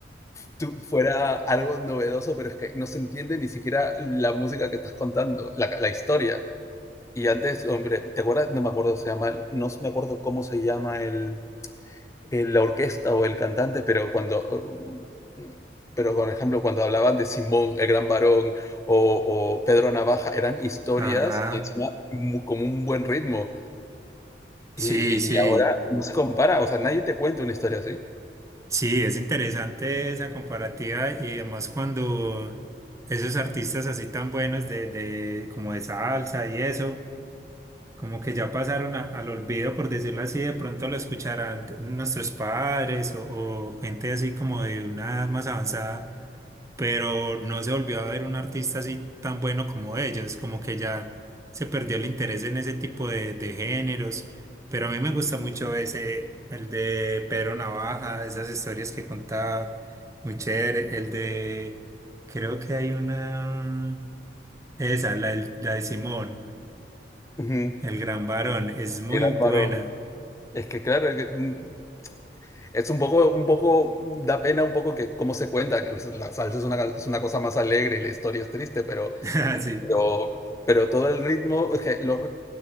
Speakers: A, on the left; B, on the right.
A: tú- fuera algo novedoso, pero es que no se entiende ni siquiera la música que estás contando, la, la historia. Y antes, hombre, ¿te acuerdas? No me acuerdo, se llama, no me acuerdo cómo se llama el, eh, la orquesta o el cantante, pero cuando, um, pero por ejemplo, cuando hablaban de Simón, el gran varón, o, o Pedro Navaja, eran historias
B: Ajá.
A: y encima mu- con un buen ritmo.
B: Sí,
A: Y,
B: sí,
A: y ahora no se compara, o sea, nadie te cuenta una historia así.
B: sí, es interesante esa comparativa y además cuando esos artistas así tan buenos de, de como de salsa y eso Como que ya pasaron a- al olvido, por decirlo así, de pronto lo escucharán nuestros padres o, o gente así como de una edad más avanzada, pero no se volvió a ver un artista así tan bueno como ellos, como que ya se perdió el interés en ese tipo de, de géneros, pero a mí me gusta mucho ese, el de Pedro Navaja, esas historias que contaba, muy chévere, el de, creo que hay una, esa, la, del- la de Simón.
A: Ujú.
B: El gran varón es muy
A: El gran
B: buena.
A: varón. Es que claro, es que, mm, es un poco, un poco, da pena un poco que cómo se cuenta. que, pues, La salsa es una, ca- es una cosa más alegre y la historia es triste, pero
B: <laughs> Sí.
A: Pero pero todo el ritmo, es que los